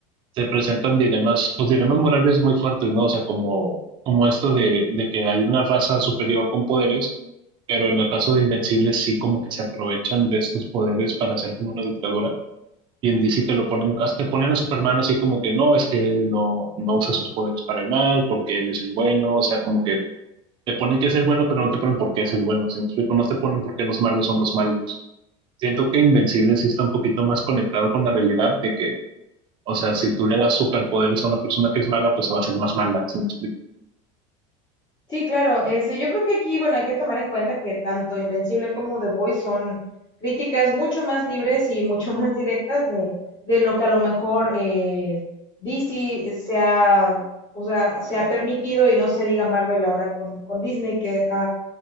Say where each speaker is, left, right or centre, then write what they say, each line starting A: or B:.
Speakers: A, on the right (about 30°); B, on the left (about 30°).
A: se presentan dilemas, pues dilemas morales muy fuertes, ¿no? O sea, como, como esto de, de que hay una raza superior con poderes, pero en el caso de Invencibles sí como que se aprovechan de estos poderes para hacer como una dictadura. Y en DC te lo ponen, hasta te ponen a Superman así como que no, es que él no, no usa sus poderes para el mal, porque él es el bueno, o sea, como que te ponen que es el bueno, pero no te ponen por qué es el bueno, ¿sí me explico? No te ponen por qué los malos son los malos. Siento que Invencibles sí está un poquito más conectado con la realidad de que o sea, si tú le das superpoderes a una persona que es mala, pues se va a hacer más mala, ¿sí me explico?
B: Sí, claro. Este, yo creo que aquí, bueno, hay que tomar en cuenta que tanto Invencible como The Voice son críticas mucho más libres y mucho <laughs> más directas de, de lo que a lo mejor eh, DC se ha, o sea, se ha permitido y no se diga Marvel ahora con, con Disney, que